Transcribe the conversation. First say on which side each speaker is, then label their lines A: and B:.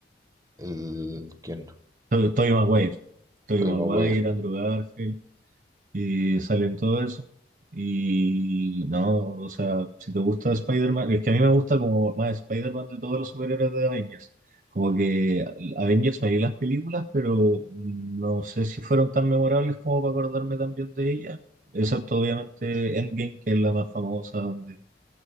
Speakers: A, on the right; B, on the right.
A: el... ¿Quién?
B: Tobey Tobey Maguire, Tobey
A: Todavía
B: Maguire,
A: me
B: Andrew Garfield. Y salen todo eso. Y no, o sea, si te gusta Spider-Man, es que a mí me gusta como más Spider-Man de todos los superhéroes de Avengers. Como que Avengers me vi las películas, pero no sé si fueron tan memorables como para acordarme también de ellas. Excepto obviamente Endgame, que es la más famosa, donde